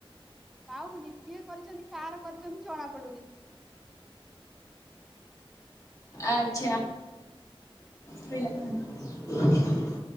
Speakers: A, in the centre; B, on the left.
A: ପାଉନି କିଏ କରିଛନ୍ତି କାହାର କରିଛନ୍ତି ଜଣା ପଡୁନି।
B: ଆଚ୍ଛା ଖାଇଲା <unintelligible>